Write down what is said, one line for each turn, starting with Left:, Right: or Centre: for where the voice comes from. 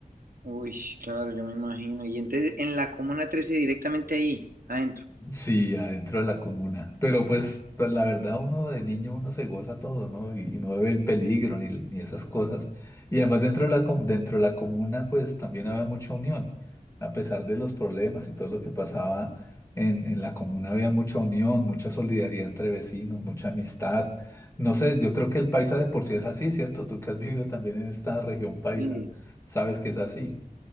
Right: Uy, claro, yo me imagino. Y entonces en la Comuna Trece directamente ahí, adentro.
Left: Sí, adentro de la comuna. Pero pues, pues la verdad, uno de niño, uno se goza todo, ¿no? Y, y no ve el peligro ni, ni esas cosas. Y además dentro de la, com- dentro de la comuna, pues también había mucha unión. A pesar de los problemas y todo lo que pasaba en, en la comuna, había mucha unión, mucha solidaridad entre vecinos, mucha amistad. No sé, yo creo que el paisa de por sí es así, ¿cierto? Tú que has vivido también en esta región paisa,
Right: Sí,
Left: sabes que es así.